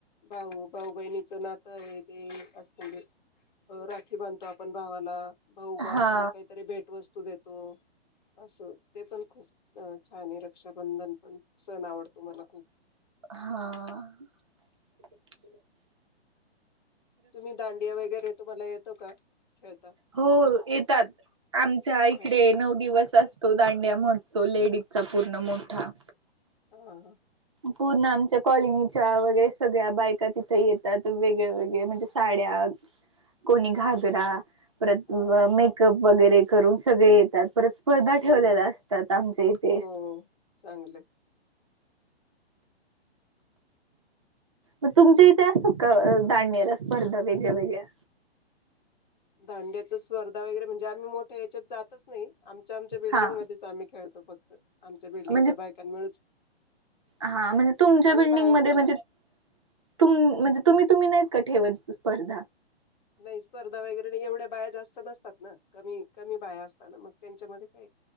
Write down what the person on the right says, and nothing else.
हा
हां.
हो येतात आमच्या इकडे
नऊ दिवस अस तो दांडिया महोत्सव लेडीजचा पूर्ण मोठा
पूर्ण आमच्या कॉलनीच्या वगैरे सगळ्यां बायका तिथे येतात वेगळे वेगळे म्हणजे साड्या, कोणी घागरा परत
मेकअप. वगैरे करून सगळे येतात. परत स्पर्धा
ठेवलेल्या असतात आमच्या इथे.
मगं तुमच्या इथे असतात का? दांडियाला स्पर्धा वेगळ्या वेगळ्या.
हा
म्हणजे
हा म्हणजे तुमच्या
बिल्डिंग
मध्ये
म्हणजे
तुम म्हणजे तुम्ही तुम्ही नाही ठेवत स्पर्धा